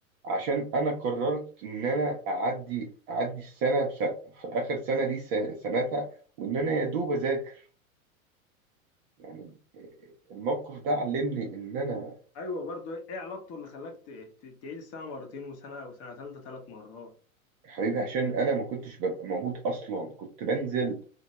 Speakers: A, on the right; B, on the left.
A: عشان أنا قررت إن أنا أعدي أعدي السنة بسنة في آخر سنة دي س- سنتها وإن أنا يا دوب أذاكر يعني الموقف ده علمني إن أنا
B: ايوه برضو ايه إيه علاقته اللي خلاك ت- ت- تعيد السنه مرتين وسنه وسنه ثالثه ثلاث مرات
A: يا حبيبي عشان أنا ما كنتش ببقى موجود أصلا كنت بنزل